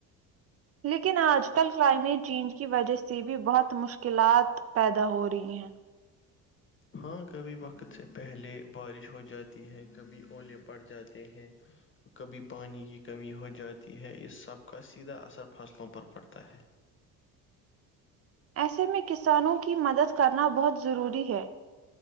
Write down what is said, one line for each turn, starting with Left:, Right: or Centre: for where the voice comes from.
Right: لیکن آج کل کلائمیٹ چینج کی وجہ سے بھی بہت مشکلات پیدا ہو رہی ہیں
Left: ہاں کبھی وقت سے پہلے بارش ہو جاتی ہے کبھی اولے پڑ جاتے ہیں کبھی پانی کی کمی ہو جاتی ہے اس سب کا سیدھا اثر فصلوں پر پڑتا ہے
Right: ایسے میں کسانوں کی مدد کرنا بہت ضروری ہے